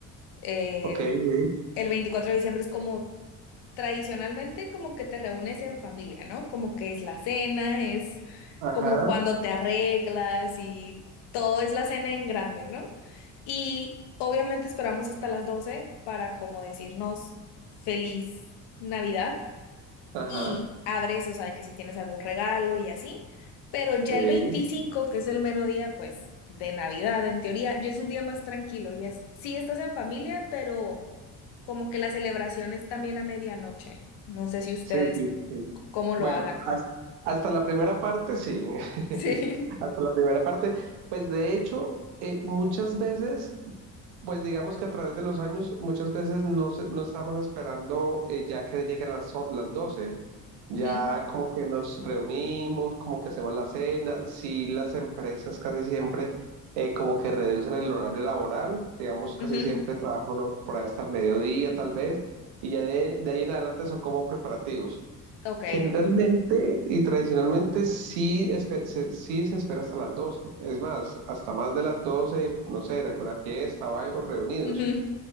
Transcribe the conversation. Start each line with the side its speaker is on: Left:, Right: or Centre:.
Left: Eh,
Right: Ok, sí.
Left: el 24 de diciembre es como tradicionalmente como que te reúnes en familia, ¿no? Como que es la cena, es
Right: Ajá,
Left: como cuando te arreglas y todo es la cena en grande, ¿no? Y obviamente esperamos hasta las 12 para como decirnos feliz Navidad
Right: ajá.
Left: y abres, o sea, de que si tienes algún regalo y así, pero ya
Right: Sí,
Left: el veinticinco que es el mero día, pues, de Navidad, en teoría, ya es un día más tranquilo, ya es, sí estás en familia, pero como que la celebración es también a medianoche. No sé si ustedes
Right: sí, sí,
Left: c-
Right: sí.
Left: cómo lo
Right: Bueno,
Left: hagan.
Right: has-
Left: <laughs>
Right: hasta la primera parte, sí. <laughs>
Left: Sí.
Right: Hasta la primera parte. Pues de hecho, eh, muchas veces, pues digamos que a través de los años, muchas veces no, se- no estamos esperando eh, ya que lleguen las, o- las doce, Ya
Left: Ujú,
Right: como que nos reunimos, como que hacemos la cena. Sí, las empresas casi siempre eh, como que reducen el horario laboral. Digamos, casi
Left: ujú,
Right: siempre trabajan uno por ahí hasta el mediodía, tal vez. Y ya de, de ahí en adelante son como preparativos.
Left: Ok.
Right: Generalmente y tradicionalmente sí, espe- se, sí se espera hasta las doce es más, hasta más de las 12 no sé, de alguna fiesta o algo, reunidos.
Left: ujú,